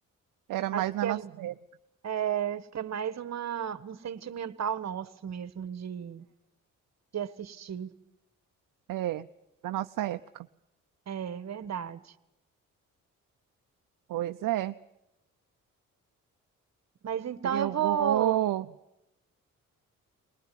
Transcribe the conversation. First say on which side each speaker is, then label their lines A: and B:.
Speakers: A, on the right; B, on the right.
A: era mais
B: Acho
A: na
B: que
A: nossa
B: é,
A: época.
B: é, acho que é mais uma, um sentimental nosso mesmo de, de assistir.
A: É, é, da nossa época.
B: É verdade.
A: Pois é.
B: Mas então
A: Eu
B: eu vou,
A: vou,